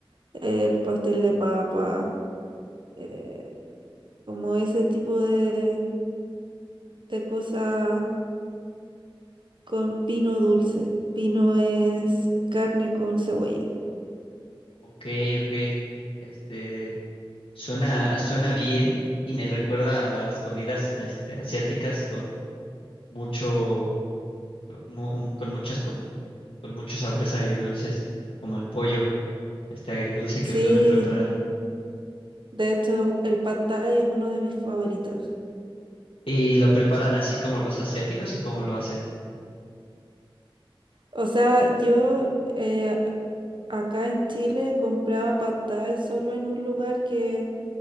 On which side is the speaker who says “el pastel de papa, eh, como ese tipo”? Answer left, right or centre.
Right